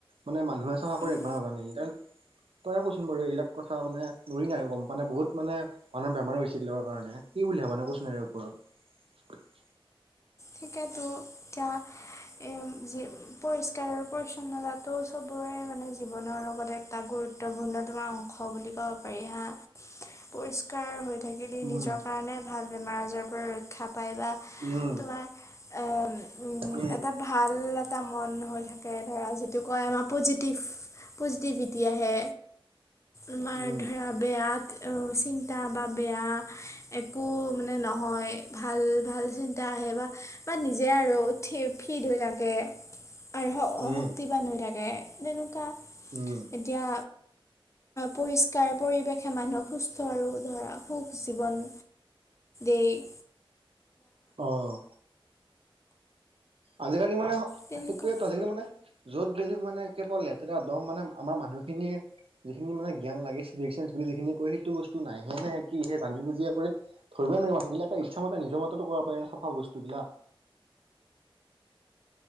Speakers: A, on the right; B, on the left.
A: মানে মানুহে চফা কৰি
B: উম
A: ৰাখিব নাজানে তইয়ে কচোন বাৰু এইবিলাক কথা মানে নুৰি নাই গম পোৱা নাই বহুত মানে মানুহৰ বেমাৰো হৈছে এইবিলাকৰ কাৰণে কি বুলি ভাবানো কোৱাচোন ইয়াৰ ওপৰত
B: ঠিকেতো এতিয়া এ যি পৰিষ্কাৰ পৰিচ্ছন্নতা তো সবৰে মানে জীৱনৰ লগত এটা গুৰুত্ব গুৰুত্বপূৰ্ণ তোমাৰ অংশ বুলি ক'ব পাৰি হা পৰিস্কাৰ থাকিলে
A: উম,
B: নিজৰ কাৰণে ভাল বেমাৰ আজাৰৰ পৰা ৰক্ষা পায় বা
A: উম,
B: তোমাৰ এ উ
A: উম,
B: এটা ভাল এটা মন হয় তাৰ পৰা যিটো মানে পজিটিভ পজিটিভিটি আহে আমাৰ
A: উম,
B: ধৰা বেয়া চিন্তা বা বেয়া একো মানে নহয় ভাল ভাল চিন্তা আহে ন বা নিজে আৰু উঠি ফিট হৈ থাকে আৰু
A: উম,
B: শক্তিবান হৈ থাকে তেনেকোৱা
A: উম,
B: এতিয়া পৰিষ্কাৰ পৰিৱেশে মানুহক সুস্থ আৰু ধৰা সুখ জীৱন এই
A: অহ আজিকালি মানে
B: তেনেকুৱা
A: সেইটোৱে আজিকালি মানে য'ত গ'লেও মানে কেৱল লেতেৰা দম মানে আমাৰ মানুহখিনিৰ যিখিনি মানে জ্ঞান লাগে ভেলোৱেন্স বুলি যিখিনি কয় সেইটো বস্তু নাই হে নেহে কি নে সে জানি বুজিয়ে কৰে ধ মানুহবিলাকে ইচ্ছা মতে নিজ মতেতো কৰিব পাৰি ন চাফা বস্তুবিলাক